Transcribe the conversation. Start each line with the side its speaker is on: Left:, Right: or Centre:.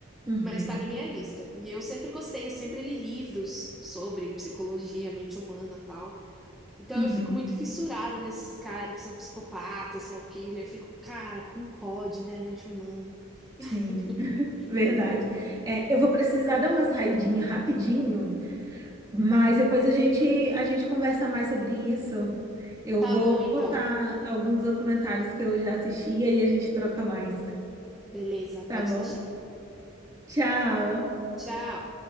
Right: uhum,
Centre: Mas está na minha lista. E eu sempre gostei, eu sempre li livros sobre psicologia, mente humana, tal. Então
Right: uhum,
Centre: eu fico muito fissurada nesses caras que são psicopatas, serial killer. Eu fico, cara, como pode, né, a mente humana? <laughs>
Right: sim, <laughs> verdade. É, eu vou precisar dar uma saidinha rapidinho, mas depois a gente, a gente conversa mais sobre isso. Eu
Centre: Tá
Right: vou
Centre: bom, então.
Right: botar alguns documentários que eu já assisti e aí a gente troca mais,
Centre: Beleza,
Right: tá
Centre: pode
Right: bom?
Centre: deixar.
Right: Tchau!
Centre: Tchau!